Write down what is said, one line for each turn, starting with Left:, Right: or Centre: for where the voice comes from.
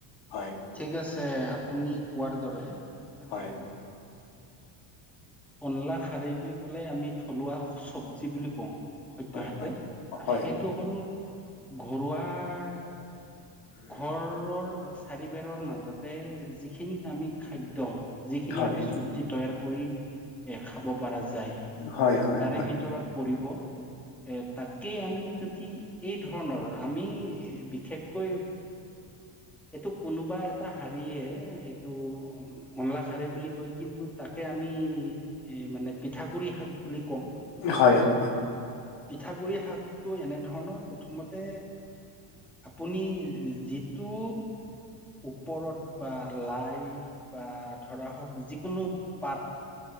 Left: হয়
Centre: ঠিক আছে আপুনি কোৱাৰ দৰে অ'।
Left: হয়
Centre: কলা খাৰি বুলি কলে আমি থলুৱা চব্জি বুলি কওঁ। সদ্যাহাতে
Left: হয় হয় হয়
Centre: অ', সেইটো হ'ল ঘৰুৱাৰ ঘৰৰ চাৰিবেৰৰ মাজতে যিখিনিক আমি খাদ্য যিখিনি
Left: হয়
Centre: আমি চব্জিত তৈয়াৰ কৰি এ খাব পৰা যায়
Left: হয় হয় হয়
Centre: তাৰে ভিতৰত পৰিব এ তাকেই আমি যদি এই ধৰণৰ আমি বিশেষকৈ এইটো কোনোবা এটা হাৰীয়ে এইটো মলা শাৰী বুলি কয় কিন্তু তাকে আমি এ মানে পিঠাগুৰি শাক বুলি ক'ম
Left: হয়, হয়।
Centre: পিঠাগুৰি শাকটো এনেধৰণৰ প্ৰথমতে আপুনি যি টো ওপৰত বা লাই বা ধৰা হওঁক যিকোনো পাত